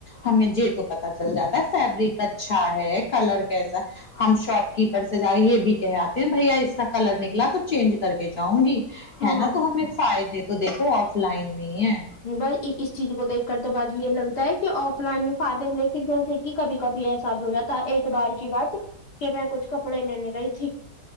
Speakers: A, on the left; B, on the left.
A: ہمیں ج تو پتا چل جاتا ہے فیبرک اچھا ہے کلر کیسا ہم شاپ کیپر سے جا یہ بھی کہ آتے ہیں بھیا اس کا کلر نکلا تو چینج کر کے جاؤں گی
B: ہاں
A: ہے نا تو ہمیں فائدے تو دیکھو آف لائن میں ہی ہے
B: بائی اس اس چیز کو دیکھ کر تو باجی یہ لگتا ہے کہ آف لائن میں فائدے لکنے پھر جیسے کہ کبھی کبھی ایسا بھی ہو جاتا ایک بار کی بات کہ میں کچھ کپڑے لینے گئی تھی